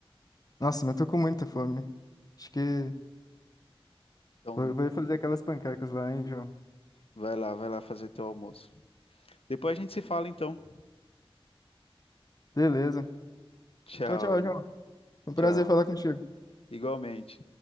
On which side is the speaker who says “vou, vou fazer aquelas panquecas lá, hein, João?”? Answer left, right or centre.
Left